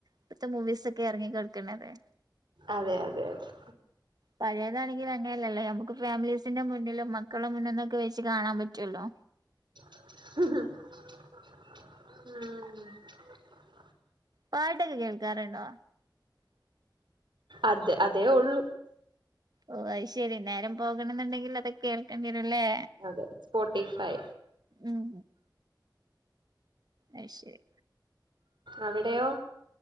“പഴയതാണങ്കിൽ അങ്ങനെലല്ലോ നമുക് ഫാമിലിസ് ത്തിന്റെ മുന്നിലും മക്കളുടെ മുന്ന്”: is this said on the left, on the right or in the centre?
Right